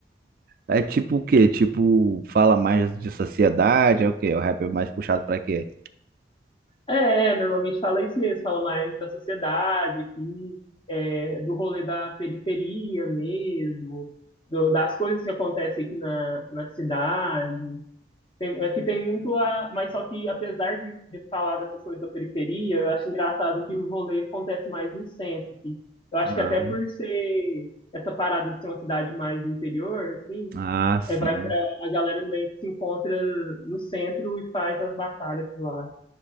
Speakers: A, on the right; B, on the left.
A: É tipo o quê? Tipo, fala mais de sociedade, é o quê? O rap é mais puxado pra quê?
B: é, normalmente fala isso mesmo, fala mais da sociedade aqui, é, do rolê da periferia mesmo, do- das coisas que acontecem aqui na, na cidade. Tem, aqui tem muito a. Mas só que, apesar de, de falar dessas coisas da periferia, eu acho engraçado que o rolê acontece mais no centro aqui. Eu acho
A: Ah,
B: que até por ser essa parada de ser uma cidade mais do interior, assim,
A: ah, sim.
B: é, vai pra a galera meio que se encontra no centro e faz as batalhas por lá.